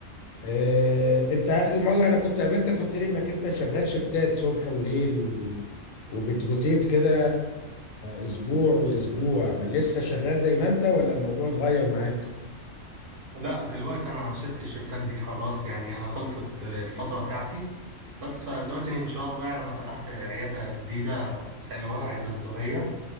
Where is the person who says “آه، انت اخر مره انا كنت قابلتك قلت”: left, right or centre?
Left